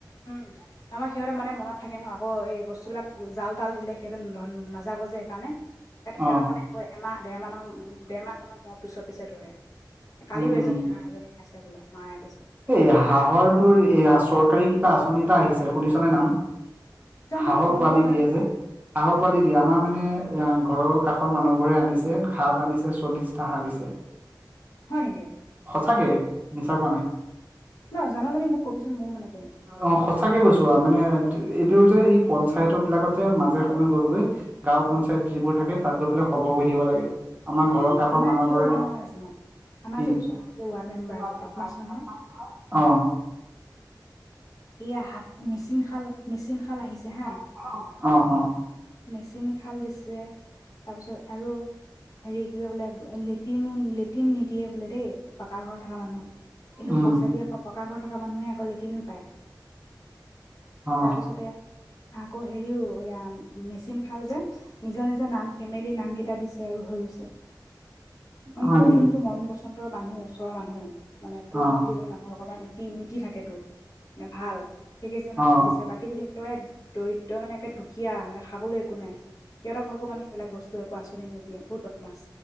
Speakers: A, on the left (about 50°); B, on the right (about 20°).
A: উম' আমাৰ সিহঁতে মানে মনত থাকে ন, আকৌ এই বস্তুবিলাক জাল তাল দিলে সিহঁতে নাযাব যে সেইকাৰণে। কাৰণে সিহঁতক
B: অ
A: মানে ক এমাহ দেৰমাহ ডেৰ মাহ মানৰ মূৰ <unintelligible> পিছৰ পিছে ধৰে। কালিও
B: উম উম
A: এজনী হাঁহ এজনী খাইছে বোলে মায়ে কৈছে।
B: এই হাঁহৰ তোৰ এয়া চৰকাৰী কিবা আঁচনি এটা আহিছে শুনিছনে নাম?
A: জানো
B: হাঁহৰ
A: গম
B: পোৱালি
A: পোৱা নাই
B: দিয়ে
A: নহয়
B: যে। হাঁহৰ পোৱালি দিয়ে আমাৰ মানে এ ঘৰৰ কাষৰ মানুহ ঘোৰে আনিছে সাপ আনিছে চল্লিশটা হাঁহ দিছে।
A: হয় নেকি।
B: সঁচাকে মিছা কোৱা নাই।
A: নহয়, জান যদি মোক কবিচোন ময়ো মানে কৰিম।
B: অ' সঁচাকে কৌছো, আৰু মানে এইবোৰ যে এই পঞ্চায়তৰ বিলাকত যে মাজে সময়ে গৈ গৈ। গাঁও পঞ্চায়ত যিবোৰ থাকে তাত গৈ পেলাই খবৰ কৰি থাকিব লাগে। আমাৰ ঘৰৰ
A: ই
B: কাষৰ
A: আমাৰ
B: মানুহঘৰে
A: <unintelligible>
B: <unintelligible>
A: যে ওচৰ যে ৱাৰ্ড মেম্বাৰ যে বদমাছ নহয় এয়া হাত মেচিন খাল মেচিন খাল আহিছে হা
B: অহ অ' অ'।
A: মেচিন খাল দিছে, তাৰপিছত আৰু হেৰি, কিবা বোলে লেটিনো লেটিন নিদিয়ে বোলে দেই পাকা ঘৰ থকা মানুহক। কিন্তু
B: উম
A: পইচা দিয়া পকা ঘৰ থকা মানুহে আকৌ লেট্ৰিনো পায়।
B: অ
A: তাৰপিছতে, আকৌ হেৰিও এয়া মেচিন খাল যে নিজৰ নিজৰ নাম ফেমিলি নাম কেইটা দিছে আৰু হৈ গৈছে। মানে,
B: হয়
A: তোৰ
B: নেকি
A: যোনটো মন পচন্দৰ মানুহ ওচৰৰ মানুহ মানে তোৰ
B: অ
A: যোনটো কেইজনী মানুহৰ লগৰ মি মিতি থাকেটো মানে ভাল সেইকেইজনী মানুহে
B: অ
A: দিছে বাকী যদি, একেবাৰে দৰিদ্ৰ মানে একে দুখীয়া মানে খাবলৈ একো নাই, সিহঁতৰ ঘৰকো মানে সেইবিলাক বস্তু একো আঁচনি নিদিয়ে। বহুত বদমাছ।